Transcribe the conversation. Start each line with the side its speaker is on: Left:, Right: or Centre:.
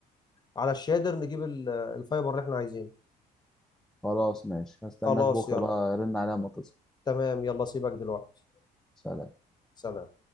Left: على الشادر نجيب ال- الفايبر اللي احنا عايزينه
Centre: خلاص ماشي هستناك
Left: خلاص
Centre: بكرة
Left: يلا
Centre: بقى رن عليا أما تصل
Left: تمام يلا سيبك دلوقتي
Centre: سلام
Left: سلام